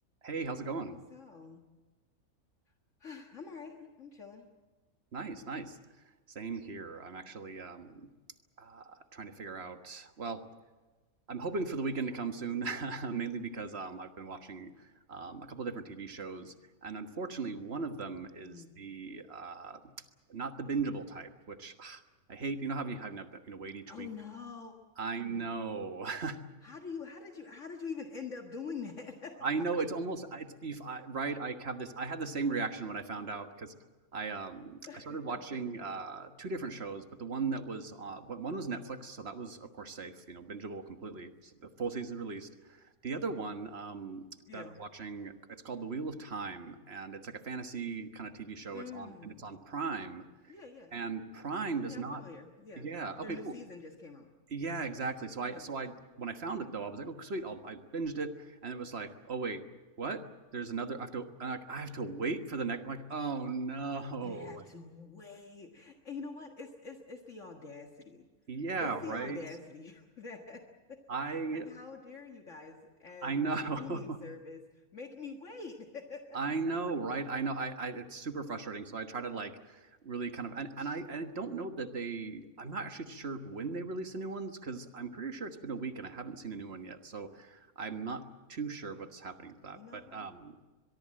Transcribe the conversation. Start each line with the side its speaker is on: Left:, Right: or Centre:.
Right: Hey, how's it going?
Left: All right, so <sighs> I'm all right. I'm chilling.
Right: Nice, nice. Same here. I'm actually um, uh, trying to figure out. Well, I'm hoping for the weekend to come soon, <laughs> mainly because um, I've been watching um, a couple different TV shows, and unfortunately, one of them is
Left: Mm.
Right: the uh, not the bingeable type, which ugh, I hate. You know how you have you know wait each
Left: Oh
Right: week?
Left: no.
Right: I know. <laughs>
Left: How do you how did you how did you even end up doing that?
Right: I know it's almost it's if I right I have this I had the same reaction when I found out because I um
Left: <laughs>
Right: I started watching uh two different shows but the one that was uh one one was Netflix so that was of course safe you know bingeable completely so the full season released the other one um
Left: Yeah.
Right: that I was watching it's called The Wheel of Time and it's like a fantasy kind of TV show
Left: Mm.
Right: it's on and it's on Prime
Left: Yeah, yeah.
Right: and Prime does
Left: Yeah,
Right: not
Left: I'm familiar. Yeah.
Right: yeah okay
Left: Their new
Right: cool
Left: season just came out.
Right: yeah, exactly. So I
Left: Yeah.
Right: so I when I found it though, I was like, oh sweet, I'll, I binged it, and it was like, oh wait, what? There's another. I have to. i like, I have to wait for the next. like, oh no.
Left: You have
Right: Like,
Left: to wait. And you know what? It's it's it's the audacity.
Right: yeah,
Left: It's the
Right: right.
Left: audacity <laughs> that
Right: I
Left: like how dare you guys as
Right: I know.
Left: a streaming service
Right: <laughs>
Left: make me wait.
Right: I know,
Left: <laughs>
Right: right? I know. I, I it's super frustrating. So I try to like really kind of and, and I and I don't know that they. I'm not actually sure when they release the new ones because I'm pretty sure it's been a week and I haven't seen a new one yet. So I'm not too sure what's happening with that.
Left: You know
Right: But
Left: what?
Right: um,